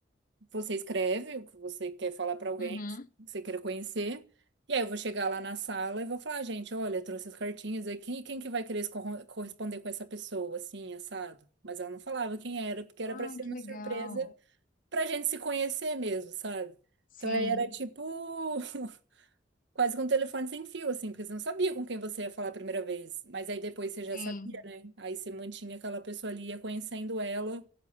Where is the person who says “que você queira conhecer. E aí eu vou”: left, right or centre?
Right